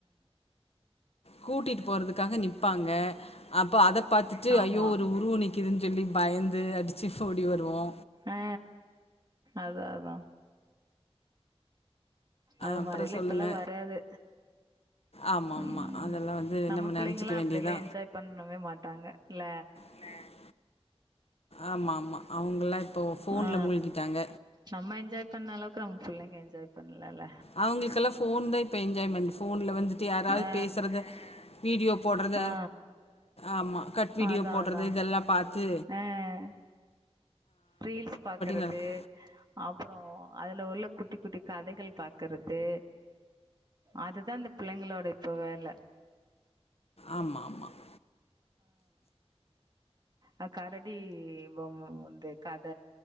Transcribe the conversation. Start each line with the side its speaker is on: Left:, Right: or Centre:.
Left: கூட்டிட்டு போறதுக்காக நிப்பாங்க அப்போ அத பாத்துட்டு
Right: ஆமா
Left: அய்யோ ஒரு உருவோ நிக்கிதுன் சொல்லி பயந்து அடுச்சு ஓடி வருவோ
Right: ஆ அதா அதா அது
Left: அப்புறோ
Right: மாரிலா
Left: சொல்லுங்க
Right: இப்பெல்லா வராது
Left: ஆமா
Right: ம்
Left: ஆமா அதெல்லா வந்து
Right: நம்ம பிள்ளைங்கலா
Left: நெனச்சிக்க வேண்டியதா
Right: அப்டியெல்லா என்ஜாய் பண்ணவே மாட்டாங்க இல
Left: ம் ஆமாமா அவங்கெல்லா இப்போ போன்ல
Right: ஆ
Left: மூழ்கிட்டாங்க
Right: நம்ம என்ஜாய் பண்ண அளவுக்கு நம்ம புள்ளைங்க என்ஜாய் பண்லல
Left: அவங்களுக்கெல்லா போன் தா இப்ப என்ஜாய்மெண்ட் போன்ல வந்துட்டு யாராது
Right: ஆ
Left: பேசுறத வீடியோ போட்றத
Right: ஆ
Left: ஆமா கட் வீடியோ
Right: அதா
Left: போட்றது
Right: அதா
Left: இதெல்லா பாத்து
Right: ஆ ரீல்ஸ் பாக்குறது
Left: நடக்கு
Right: அப்பறொ அதுல உள்ள குட்டி குட்டி கதைகள் பாக்குறது அதுதா இந்த பிள்ளைங்களோட இப்ப வேல
Left: ஆமாம் ஆமாம்
Right: ஆ கரடி பொம்ம வந்து கத